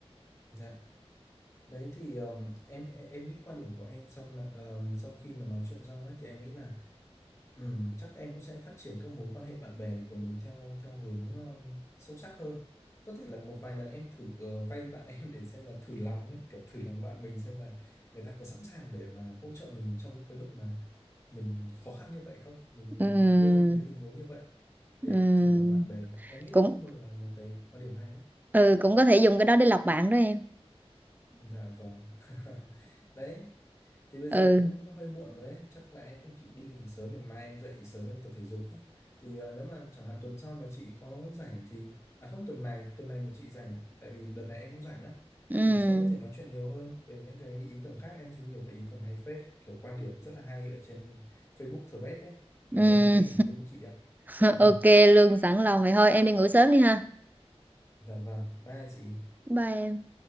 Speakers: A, on the left; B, on the right.
A: dạ đấy thì um, em em em nghĩ quan điểm của em sau là- um, sau khi mà nói chuyện xong ấy thì em nghĩ là Ừ, chắc em cũng sẽ phát triển các mối quan hệ bạn bè của mình theo theo hướng ờ, sâu sắc hơn. Có thể là một vài lần em thử ờ, vay bạn <laughs> em để xem là thử lòng đấy, kiểu thử lòng bạn mình xem là người ta có sẵn sàng để mà hỗ trợ mình trong những cái lúc mà mình khó khăn như vậy không? Mình mình
B: Ừm,
A: mình đưa ra một cái tình huống như vậy để
B: ừm,
A: thử lòng bạn bè. Em nghĩ là
B: cũng
A: cũng một là một cái quan điểm hay ấy.
B: ừ cũng có thể dùng cái đó để lọc bạn đó em
A: Dạ vâng. <laughs> Đấy, thì bây giờ
B: ừ
A: cũng hơi muộn rồi đấy, chắc là em cũng chỉ đi nghỉ sớm để mai em dậy sớm em tập thể dục á. Thì ờ, nếu mà chẳng hạn tuần sau mà chị có rảnh thì à không tuần này, tuần này mà chị rảnh tại vì đợt này em cũng rảnh á
B: ừm,
A: thì chị em có thể nói chuyện nhiều hơn về những cái ý tưởng khác, em thấy nhiều cái ý tưởng hay phết, kiểu quan điểm rất là hay ở trên Facebook Thread đấy mà
B: ừm.
A: em muốn nghe ý kiến của chị ạ.
B: <laughs>
A: <laughs>
B: ok lương sẵn lòng vậy thôi em đi ngủ sớm đi ha
A: Dạ vâng, bye chị.
B: bye em